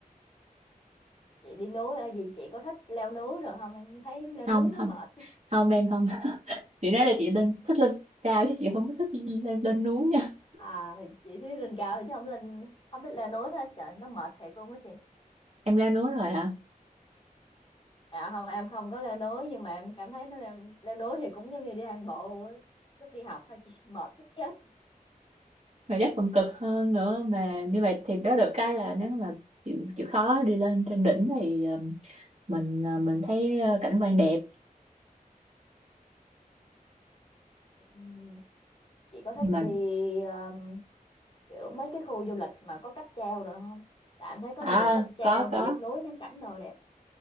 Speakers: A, on the left (about 35°); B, on the right (about 50°).
A: chị đi núi ờ, gì chị có thích leo núi rồi không em thấy leo
B: không
A: núi nó
B: không
A: mệt
B: không em không <laughs> chị nói là chị lên thích lên cao chứ chị không có thích lên lên núi nha
A: à chị thích lên cao chứ không lên không thích leo núi hết trời nó mệt thiệt luôn á chị
B: <laughs> em leo núi rồi hả
A: dạ không em không có leo núi nhưng mà em cảm thấy nó leo, leo núi thì cũng giống như đi hàng bộ á. lúc đi học thôi chị <laughs> mệt muốn chết
B: mà chắc còn cực hơn nữa mà như vậy thì đó được cái là nếu mà chịu chịu khó đi lên trên đỉnh thì um, mình uh, mình thấy uh, cảnh quan đẹp
A: Ừ. chị có thích
B: nhưng mà
A: đi um, kiểu mấy cái khu du lịch mà có cáp treo rồi không tại em thấy có nhiều
B: à
A: cáp treo
B: có có
A: và vượt núi ngắm cảnh đồ đẹp